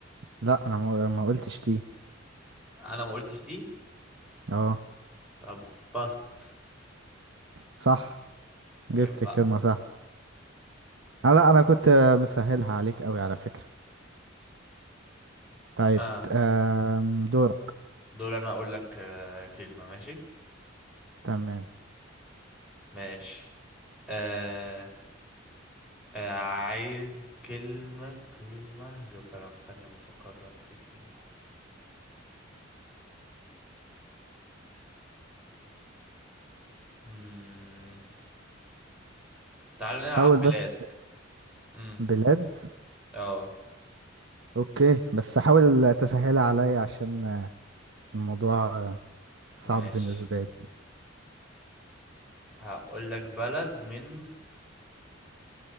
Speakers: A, on the right; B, in the centre.
A: لا انا ما ما قلتش تي
B: انا ما قلتش تي
A: اه
B: طب باست
A: صح جبت
B: عيب بقى
A: الكلمة صح آه، لا انا كنت مسهلها عليك قوي على فكرة طيب
B: آه.
A: آم، دورك
B: دور انا اقول لك آه كلمة ماشي
A: تمام
B: ماشي آه. س- آه عايز كلمة كلمة جيب لك ثانية بفكر لك في كلمة مم. تعال نلعب
A: حاول
B: بلاد
A: بس
B: مم.
A: بلاد
B: اه
A: اوكي بس حاول تسهلها عليا عشان آه، الموضوع آه، صعب
B: ماشي
A: بالنسبة لي
B: هقول لك بلد من